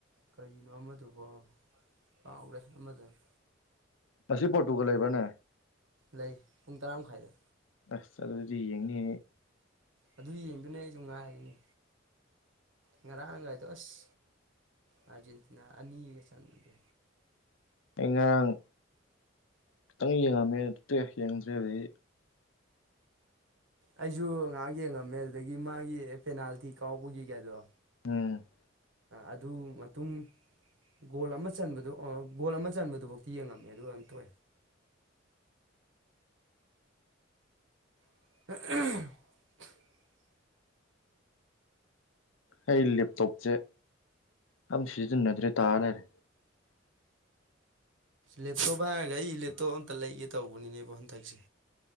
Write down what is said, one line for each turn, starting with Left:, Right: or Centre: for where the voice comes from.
Right: ꯀꯔꯤꯅꯣ ꯑꯃꯗꯨꯕꯣ ꯀꯥꯎꯔꯦ ꯑꯃꯗꯅ
Left: ꯑꯁꯤ ꯄꯣꯔꯇꯨꯒꯜ ꯂꯩꯕ꯭ꯔꯅꯦ
Right: ꯂꯩ ꯄꯨꯡ ꯇꯔꯥ ꯃꯈꯥꯏꯗ
Left: ꯑꯁ ꯆ ꯑꯗꯨꯗꯤ ꯌꯦꯡꯅꯤ
Right: ꯑꯗꯨ ꯌꯦꯡꯗꯨꯅ ꯑꯩꯁꯨ ꯉꯥꯏꯔꯤꯅꯤ ꯉꯔꯥꯡꯉꯥꯏꯗꯣ ꯑꯁ ꯑꯥꯔꯖꯦꯟꯇꯤꯅꯥ ꯑꯅꯤꯒ ꯆꯟꯒꯦ
Left: ꯑꯩ ꯉꯔꯥꯡ ꯈꯤꯇꯪ ꯌꯦꯡꯉꯝꯃꯦ ꯌꯦꯡꯗ꯭ꯦ ꯍꯧꯗꯤ
Right: ꯑꯩꯁꯨ ꯉꯍꯥꯛ ꯌꯦꯡꯉꯝꯃꯦ ꯑꯗꯨꯗꯒꯤ ꯃꯥꯒꯤ ꯄꯦꯅꯥꯜꯇꯤ ꯀꯥꯎꯕꯒꯤ ꯀꯥꯏꯗꯣ
Left: ꯑꯝ
Right: ꯑꯗꯨ ꯃꯇꯨꯡ ꯒꯣꯜ ꯑꯃ ꯆꯟꯕꯗꯨꯣ ꯒꯣꯜ ꯑꯃ ꯆꯟꯕꯗꯨꯐꯧꯗꯤꯤ ꯌꯦꯡꯉꯝꯃꯦ ꯑꯗꯨ ꯌꯥꯝꯝ ꯇꯑꯦ <unintelligible>
Left: ꯑꯩ ꯂꯦꯞꯇꯣꯞꯁꯦ ꯌꯥꯝ ꯁꯤꯖꯤꯟꯅꯗ꯭ꯔꯦ ꯇꯥꯅꯔꯦ
Right: ꯂꯦꯞꯇꯣꯞ ꯍꯥꯏꯔꯒ ꯑꯩ ꯂꯦꯞꯇꯣꯞ ꯑꯝꯇ ꯂꯩꯒꯦ ꯇꯧꯕꯅꯤꯅꯦꯕ ꯍꯟꯗꯛꯁꯦ